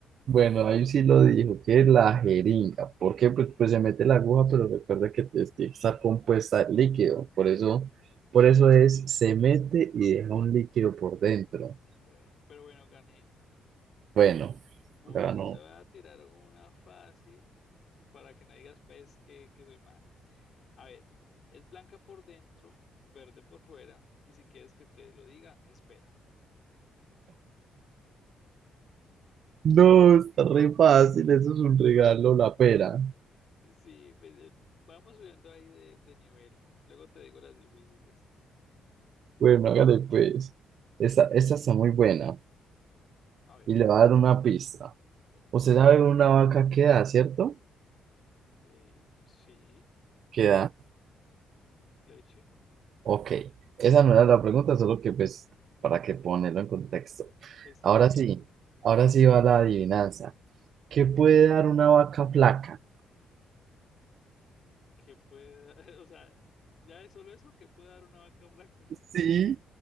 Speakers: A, on the right (about 65°); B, on the left (about 50°).
A: bueno, ahí sí lo dijo, que es la jeringa. ¿Por qué? Pues, pues se mete la aguja, pero recuerda que te- tiene que estar compuesta de líquido. Por eso, por eso es, se mete y deja un líquido por dentro.
B: Bueno, pero bueno, gané.
A: Bueno,
B: Bueno,
A: ganó.
B: te voy a tirar una fácil para que no digas pues que, que soy malo. A ver, es blanca por dentro, verde por fuera, y si quieres que te lo diga, espera.
A: No, no, está re fácil, eso es un regalo, la pera.
B: Sí, pues, eh, vamos subiendo ahí de, de nivel. Luego te digo las difíciles.
A: Bueno, hágale pues. Esta, esta está muy buena
B: A ver,
A: y le va a dar una pista.
B: bueno,
A: Usted sabe una vaca que da, ¿cierto?
B: eh, sí,
A: Que da.
B: leche,
A: Ok, esa no era la pregunta, solo que pues para que ponerlo en contexto.
B: está
A: Ahora
B: <laughs> bien.
A: sí, ahora sí va la adivinanza. ¿Qué puede dar una vaca flaca?
B: ¿Qué puede dar? <laughs> O sea, ya es solo eso, ¿qué puede dar una vaca blanca?
A: Sí,